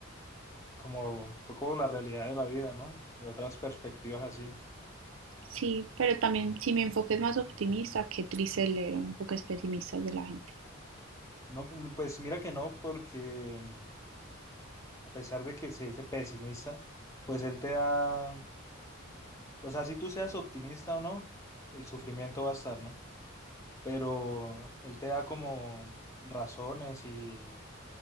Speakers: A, on the left; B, on the right.
A: como un poco la realidad de la vida, ¿no? De otras perspectivas así.
B: sí, pero también si mi enfoque es más optimista, qué triste leer enfoques pesimistas de la gente.
A: No, pues mira que no, porque mm, a pesar de que se dice pesimista, pues él te da, o sea, si tú seas optimista o no, el sufrimiento va a estar, ¿no? pero él te da como razones y,